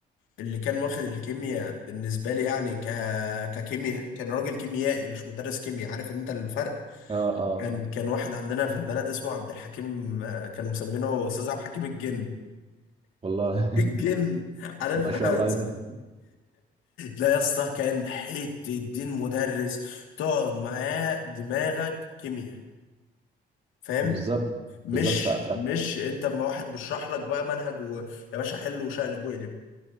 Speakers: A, on the left (about 85°); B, on the right (about 30°).
A: اللي كان واخد الكيمياء بالنسبة لي يعني ك... ككيمياء كان راجل كيميائي مش مدرس كيمياء عارف انت الفرق
B: اه اه
A: كان كان واحد عندنا في البلد اسمه عبد الحكيم آه، كان مسمينه استاذ عبد الحكيم الجن
B: والله
A: الجن
B: <laughs>
A: عارف
B: ما شاء
A: <laughs>
B: الله ده
A: لا يا اسطى كان حته الدين مدرس تقعد معاه دماغك كيمياء فاهم
B: بالظبط
A: مش
B: بالظبط
A: مش انت اما واحد بيشرح لك بقى منهج و... يا باشا حل وشقلب وقلب